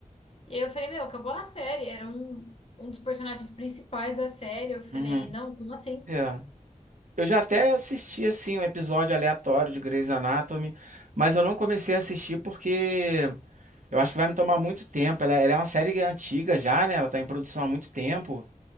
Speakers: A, on the left (about 50°); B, on the right (about 75°).
A: E aí eu falei, meu, acabou a série. Era um, um dos personagens principais da série. Eu falei,
B: Uhum.
A: não, como assim?
B: É. Eu já até assisti, assim, um episódio aleatório de Grey's Anatomy, mas eu não comecei a assistir porque eu acho que vai me tomar muito tempo. Ela, é, ela é uma série antiga já, né? Ela tá em produção há muito tempo.